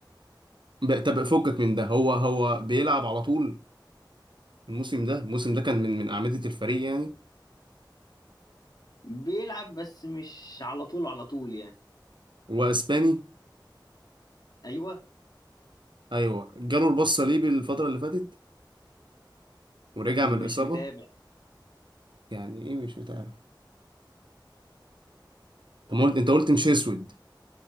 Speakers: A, on the right; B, on the left.
A: ب- طب فكك من ده هو هو بيلعب على طول الموسم ده الموسم ده كان من من أعمدة الفريق يعني
B: بيلعب بس مش على طول على طول يعني
A: واسباني
B: ايوه
A: ايوه جاله البص صليبي الفترة اللي فاتت ورجع
B: مش
A: من الإصابة
B: متابع
A: يعني ايه مش متابع طب ما قلت انت قلت مش اسود